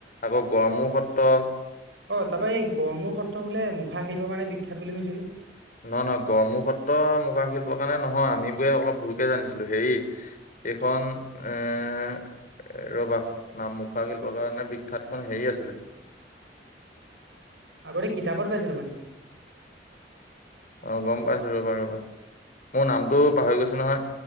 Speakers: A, on the left (about 50°); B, on the right (about 85°).
A: আকৌ গড়মূৰ সত্ৰ
B: অ' তাৰপৰা এই গড়মূৰ সত্ৰ বোলে মুখা শিল্পৰ কাৰণে বিখ্যাত বুলি শুনিছিলোঁ।
A: নহয় - নহয়, গড়মূৰ সত্ৰ মুখা শিল্পৰ কাৰণে নহয়। আমিবোৰে অলপ ভুলকে জানিছিলো, হেৰি এইখন এ এ ৰবা, না মুখা শিল্পৰ কাৰণে বিখ্যাতখন হেৰি আছিলে
B: আগতে কিতাপত পাইছিলোঁ মানে।
A: অ' গম পাইছোঁ, ৰবা - ৰবা। মোৰ নামটো পাহৰি গৈছোঁ নহয়।